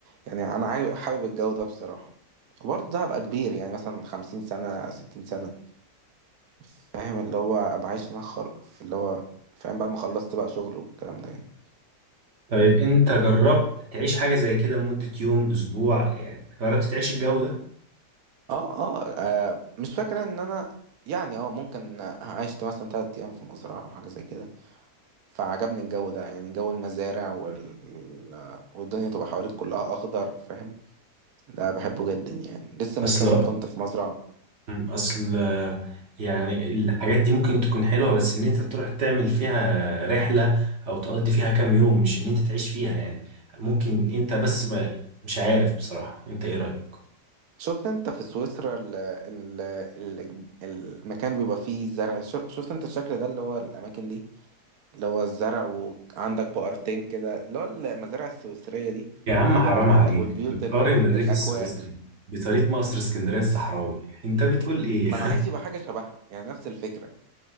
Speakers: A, on the right; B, on the right.
A: يعني انا عاي- حابب الجو ده بصراحة وبرضه ده هبقى كبير يعني مثلا خمسين سنة ستين سنة فاهم اللي هو ابقى عايش هناك خل... في اللي هو فاهم بعد ما خلصت بقى شغل والكلام ده يعني
B: طيب انت جربت تعيش حاجة زي كده لمدة يوم اسبوع يعني جربت تعيش الجو ده
A: اه اه آه، مش فاكرة ان انا يعني اه ممكن آه، عشت مثلا تلات ايام في مزرعة او حاجة زي كده فعجبني الجو ده يعني جو المزارع وال... والدنيا تبقى حواليك كلها اخضر فاهم ده بحبه جدا يعني لسه
B: اصل
A: من كام يوم كنت في مزرعة
B: مم. اصل آه، يعني الحاجات دي ممكن تكون حلوة بس ان انت تروح تعمل فيها رحلة او تقضي فيها كام يوم مش ان انت تعيش فيها يعني ممكن انت بس ما مش عارف بصراحة انت ايه رأيك
A: شفت انت في سويسرا ال ال ال المكان بيبقى فيه زرع شو- شفت انت الشكل ده اللي هو الاماكن دي اللي هو الزرع وعندك بقرتين كده اللي هو المزارع السويسرية دي
B: يا عم
A: وال
B: حرام عليك
A: والبيوت
B: بتقارن
A: ال
B: الريف
A: الاكواخ
B: السويسري بطريق مصر اسكندرية الصحراوي انت بتقول ايه
A: ما انا عايز يبقى حاجة شبهها يعني نفس الفكرة